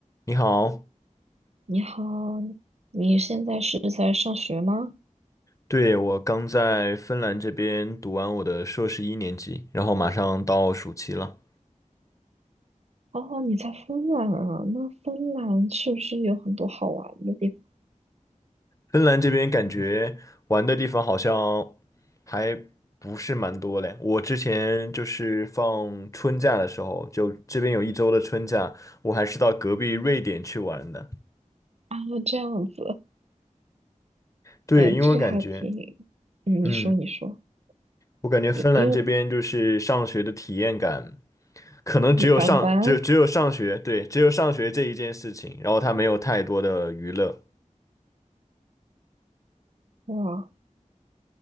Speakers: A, on the left; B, on the right.
A: 你好，
B: 你好，你现在是在上学吗？
A: 对，我刚在芬兰这边读完我的硕士一年级，然后马上到暑期了。
B: 哦，你在芬兰啊？那芬兰是不是有很多好玩的地方
A: 芬兰这边感觉玩的地方好像还不是蛮多嘞。我之前就是放春假的时候，就这边有一周的春假，我还是到隔壁瑞典去玩的。
B: 啊？这样子，
A: 对，
B: 哎，
A: 因为我感觉，
B: 这个还挺……嗯，
A: 嗯，
B: 你说，你说，
A: 我感觉芬兰这边就是上学的体验感。
B: 因因为
A: 可能只有上只只有上学，
B: 一般般
A: 对，只有上学这一件事情，然后他没有太多的娱乐。
B: 哇。